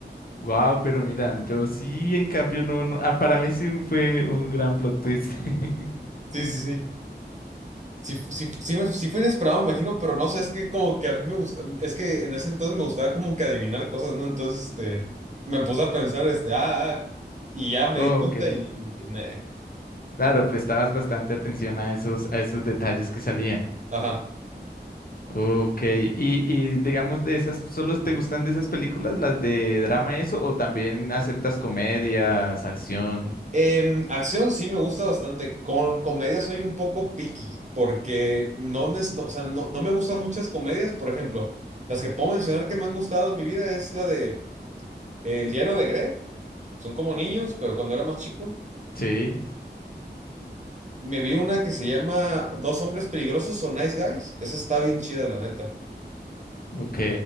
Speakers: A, on the left; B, on the right.
A: wow, pero mira, yo sí, en cambio, no, no. Ah, para mí sí fue un gran plot twist. <laughs>
B: sí, sí, sí. Sí, fu- sí, fu- sí, me- sí fue inesperado, me imagino, pero no sé, es que como que a mí me gusta, es que en ese entonces me gustaba como que adivinar cosas, ¿no? Entonces, este, me puse a pensar, este, ah, ah, y ya me
A: Ok,
B: di cuenta y dije, "Neh".
A: claro, prestabas bastante atención a esos, a esos detalles que salían.
B: ajá.
A: Ok, y, y digamos de esas, ¿solo te gustan de esas películas, las de drama y eso, o también aceptas comedias, acción?
B: Em, acción sí me gusta bastante, con comedia soy un poco picky, porque no, nes- no, o sea, no, no me gustan muchas comedias, por ejemplo, las que puedo mencionar que me han gustado en mi vida es la de eh, El diario de Greg, son como niños, pero cuando era más chico,
A: Sí,
B: Me vi una que se llama Dos hombres peligrosos o Nice Guys. Esa está bien chida, la neta.
A: ok.